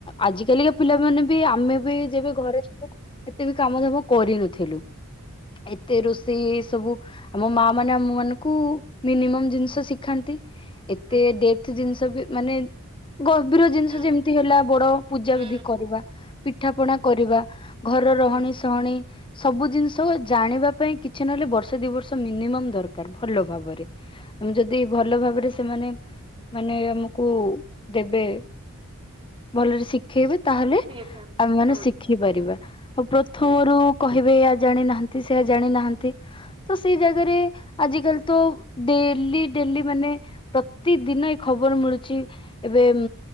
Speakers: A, on the left; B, on the right.
A: ଆଜିକାିକା ପିଲାମାନୋନେ ବି ଆମେ ବି ଯେବେ ଘରେ ଥିଲୁ ଏତେ ବି କାମଧାମ କରିନଥିଲୁ ଏତେ ରୋଷେଇ ସବୁ ଆମ ମା ମାନେ ଆମ ମାନଙ୍କୁ ମିନିମମ୍ ଜିନିଷ ଶିଖାନ୍ତି।
B: ହୁଁ
A: ତ ଡେଥ୍ ଜିନିଷ ବି ମାନେ ଗର୍ଭୀର ଜିନିଷ
B: ହୁଁ
A: ଯେମିତି ହେଲା ବଡ ପୂଜା
B: ହୁଁ
A: ବିିଧି କରିବା। ପିଠା ପଣା
B: ହୁଁ
A: କରିବା ଘର ରହଣିୀ
B: ହୁଁ
A: ସହଣୀ। ସବୁ ଜିନିଷ ଜାଣିବା ପାଇଁ କିଛି ନହେଲେ ବର୍ଷ ଦିଇ ବର୍ଷ ମିନିମମ୍ ଦରକାର ଭଲ ଭାବରେ। ଆମ ଯଦି ଭଲ ଭାବରେ ସେମାନେ ମାନେ ଆମକୁ ଦେବେ ଭଲରେ ସି ଶିଖେଇବେ ତାହେଲେ
B: ଠିକ୍ ହଁ
A: ଆମେ ମାନେ
B: ହଁ
A: ଶ ସିଖିପାରିବା ଆଉ ପ୍ରଥମରୁ
B: ହୁଁ
A: କହିବେ ଏୟ ଜାଣିନାହାନ୍ତି ସେୟା ଜାଣିନାହାନ୍ତି। ତ ସେଇ ଜାଗାରେ
B: ହୁଁ
A: ଆଜିକାଲି ତ ଡେଲି ଡେଲି ମାନେ ପ୍ରତି ଦିନ ଏ ଖବର ମିଳୁଚି ଏବେ ଉ